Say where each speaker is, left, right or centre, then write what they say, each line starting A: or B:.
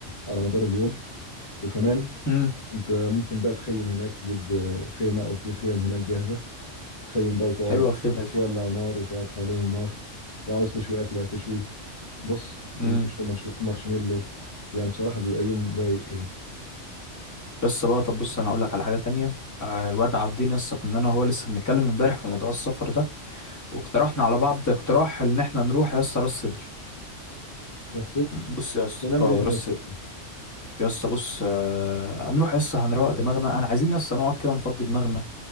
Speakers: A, on the left; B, on the left.
A: على مدار اليوم وكمان
B: امم
A: انت ممكن بقى تخيم هناك تجيب خيمه او في خيم هناك جاهزه تخيم بقى وتقعد
B: حلوة الخيمة دي
A: تولع نار وتقعد حوالين النار لو عاوز تشوي اكله تشوي بص وتشوي
B: امم
A: مشو- مارشميلو يعني بصراحه بيبقى يوم رايق كده
B: يسا بقى طب بص انا هقول لك على حاجة تانية آه، الواد عابدين يسا كنا انا وهو لسه بنتكلم امبارح في موضوع السفر ده واقترحنا على بعض اقتراح ان احنا نروح يسا راس سدر
A: بس ستر
B: بص يسا
A: بس هنعمل
B: اه
A: ايه هناك
B: راس سدر
A: يا اسطى
B: يسا بص آه، هنروح يسا هنروق دماغنا انا عايزين يسا نقعد كده نفضي دماغنا